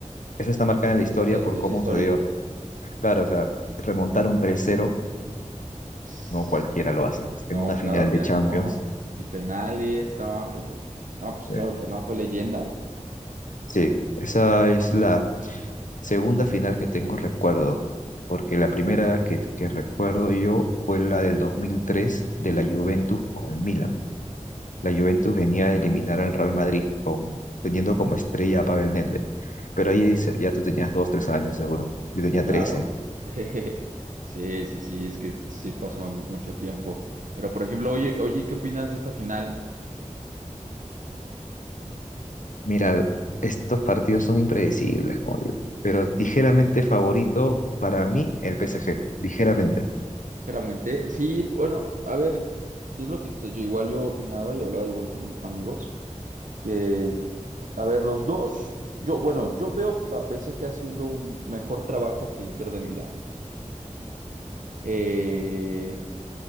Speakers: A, on the left; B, on the right.
A: Esa está marcada en la historia
B: o sea,
A: por
B: es
A: cómo
B: histórico.
A: se dio. Claro, o sea, remontar un tres cero
B: Ps,
A: no cualquiera lo hace. En
B: No,
A: una final
B: claro que
A: de Champions.
B: no. Y penales, no, que... no, pues
A: eh,
B: claro que no, fue leyenda.
A: Sí, esa es la Segunda final que tengo recuerdo, porque la primera que, que recuerdo yo fue la del 2003 de la Juventus con el Milan. La Juventus venía a eliminar al Real Madrid con, teniendo como estrella a Pavel Nedved. Pero ahí se- ya tú tenías dos, tres años seguro. Yo tenía
B: Claro.
A: trece.
B: <laughs> Sí, sí, sí, es que sí pasó mucho tiempo. Pero por ejemplo, oye, oye, ¿qué opinas de esta final?
A: Mira, estos partidos son impredecibles, como digo. Pero ligeramente favorito para mí el PSG, ligeramente.
B: Claramente, sí, bueno, a ver, es lo que estoy- yo igual yo opinaba y hablaba igual con amigos, que, a ver, los dos, yo, bueno, yo veo a P S G haciendo un mejor trabajo que Inter de Milán. Eh,